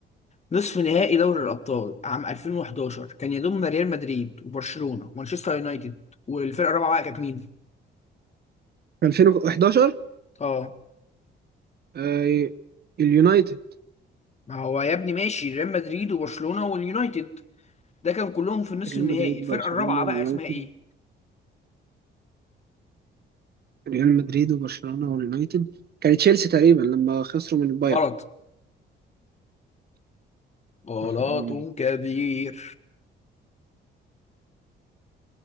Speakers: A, on the left; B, on the right.
A: نصف نهائي دوري الأبطال عام 2011 كان يضم ريال مدريد وبرشلونة ومانشستر يونايتد والفرقة الرابعة بقى كانت مين؟
B: 2011
A: اه
B: آه اليونايتد
A: ما هو يا ابني ماشي ريال مدريد وبرشلونة واليونايتد ده كان كلهم في النصف
B: ريال
A: النهائي
B: مدريد
A: الفرقة
B: برشلونة
A: الرابعة
B: اليونايتد
A: بقى اسمها ايه؟
B: ريال مدريد وبرشلونة واليونايتد كان تشيلسي تقريبا لما خسروا من البايرن
A: غلط غلط
B: ايوه
A: كبير